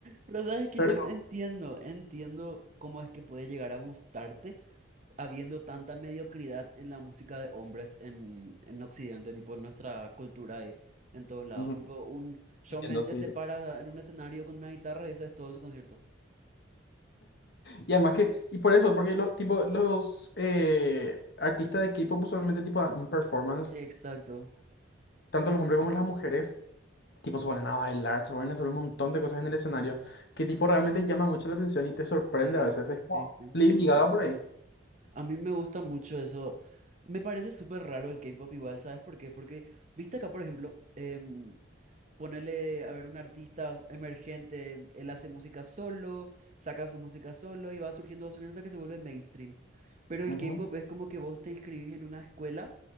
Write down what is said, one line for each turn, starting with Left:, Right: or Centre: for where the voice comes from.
Right: Pero sabes que
Left: Pero.
Right: yo entiendo, entiendo cómo es que puede llegar a gustarte habiendo tanta mediocridad en la música de hombres en, en Occidente, tipo en nuestra cultura y en todos lados.
Left: ujú,
Right: Tipo, un Shawn
Left: Entiendo,
Right: Mendes
Left: sí.
Right: se para en un escenario con una guitarra y eso es todo su concierto.
Left: Y además que, y por eso, porque los, tipo, los eh, artistas de K-pop usualmente tipo dan un performance,
Right: Exacto,
Left: tanto los hombres como las mujeres, Tipo, se ponen a bailar, se ponen a hacer un montón de cosas en el escenario que tipo realmente llama mucho la atención y te sorprende
Right: sí,
Left: a veces. Es
Right: sí,
Left: como
Right: sí.
Left: Lady Gaga por ahí.
Right: A mí me gusta mucho eso. Me parece súper raro el K-pop igual, ¿sabes por qué? Porque, viste acá, por ejemplo, em, Ponerle a ver, un artista emergente, él hace música solo, saca su música solo y va surgiendo, va surgiendo hasta que se vuelve mainstream. Pero
Left: Ujú.
Right: el K-pop es como que vos te inscribís en una escuela